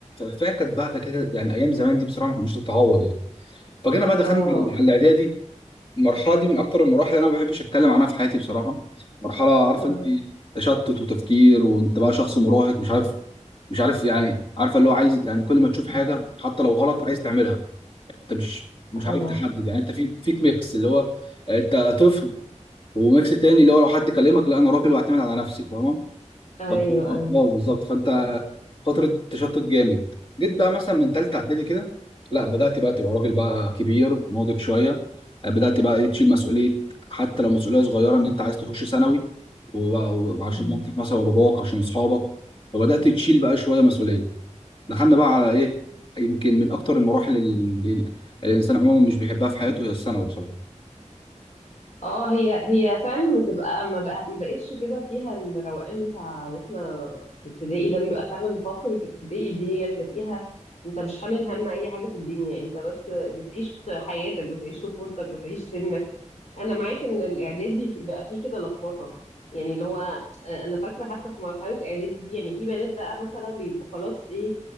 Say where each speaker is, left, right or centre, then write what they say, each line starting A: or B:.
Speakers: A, on the left (about 45°); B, on the left (about 60°).
A: فهي كانت بقى كده يعني ايام زمان دي بصراحه مش تتعوض يعني فجينا بقى دخلنا
B: اه
A: الاعدادي المرحلة دي من أكتر المراحل اللي أنا ما بحبش أتكلم عنها في حياتي بصراحة، مرحلة عارفة
B: اه
A: أنت تشتت وتفكير وأنت بقى شخص مراهق مش عارف مش عارف يعني عارفة اللي هو عايز يعني كل ما تشوف حاجة حتى لو غلط عايز تعملها، أنت مش مش
B: اه
A: عارف تحدد يعني أنت في فيك ميكس اللي هو أنت طفل وميكس تاني اللي هو لو حد كلمك لا أنا راجل وأعتمد على نفسي فاهمة؟
B: ايوه
A: طب اه
B: ايوه
A: آه، بالظبط فانت فتره تشتت جامد جيت بقى مثلا من ثالثه
B: اه
A: اعدادي كده لا بدات بقى تبقى راجل بقى كبير ناضج شويه آه، بدات بقى ايه تشيل مسؤوليه حتى لو مسؤوليه صغيره ان انت عايز تخش ثانوي وبقى- وعشان
B: مم.
A: مامتك مثلا وباباك عشان اصحابك فبدات تشيل بقى شويه مسؤوليه دخلنا بقى على ايه يمكن من اكتر المراحل اللي اللي الانسان عموما مش بيحبها في حياته هي الثانوي بصراحه
B: اه هي هي فعلا بتبقى ما بق- ما بقتش كده فيها الروقان بتاع واحنا في ابتدائي ده بيبقى فعلا فقرة ابتدائي دي هي اللي فيها انت مش حامل هم اي حاجة في الدنيا انت بس بتعيش حياتك بتعيش طفولتك بتعيش سنك انا معاك ان الاعدادي بقى فيه كده لخبطه يعني اللي هو آه، انا فاكره حتى في مرحله اعدادي دي يعني في بنات بقى مثلا بيبقوا خلاص ايه